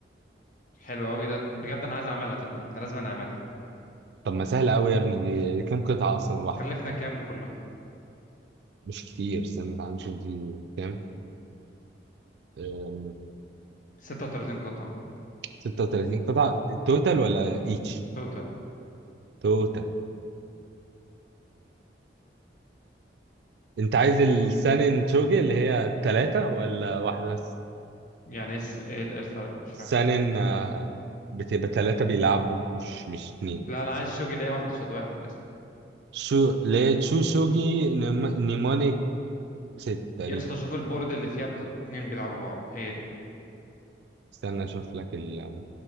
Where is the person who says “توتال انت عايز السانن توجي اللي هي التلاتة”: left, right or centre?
Right